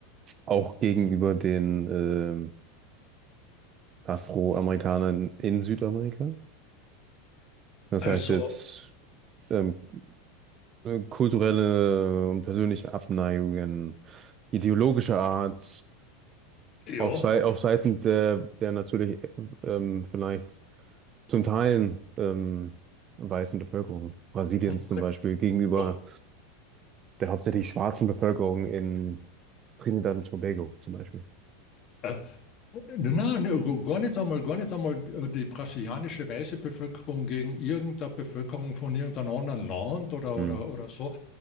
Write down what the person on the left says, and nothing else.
Also,
ja,
auf,
auf
alle
Fälle,
ja. Äh, nein, nein, nein, gar nicht einmal, gar nicht einmal äh, die brasilianische weiße Bevölkerung gegen irgendeine Bevölkerung von irgendeinem anderen Land oder,
oder, oder so,